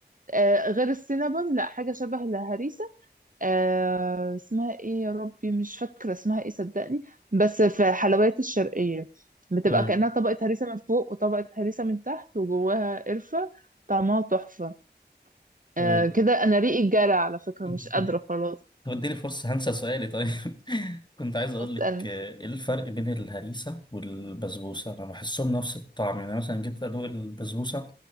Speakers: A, on the right; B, on the left.
A: آه غير السينابون لا حاجة شبه الهريسة آه اسمها ايه يا ربي مش فاكرة اسمها ايه صدقني بس في حلويات الشرقية بتبقى
B: طيب
A: كأنها طبقة هريسة من فوق وطبقة هريسة من تحت وجواها قرفة طعمها تحفة
B: طيب
A: آه كده انا ريقي جرى على فكرة
B: <laughs>
A: مش قادرة خلاص
B: طب اديني فرصة هنسى سؤالي طيب <laughs> كنت عايز اقول
A: اسأل
B: لك آه، ايه الفرق بين الهريسة والبسبوسة انا بحسهم نفس الطعم يعني مثلا جيت ادوق البسبوسة